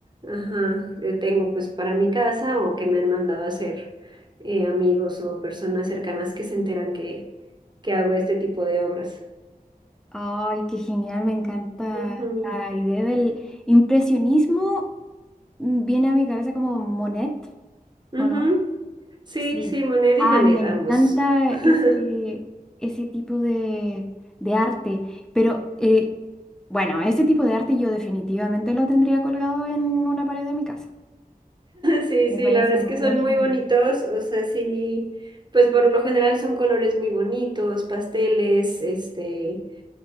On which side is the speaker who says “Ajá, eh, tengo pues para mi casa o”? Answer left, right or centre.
Right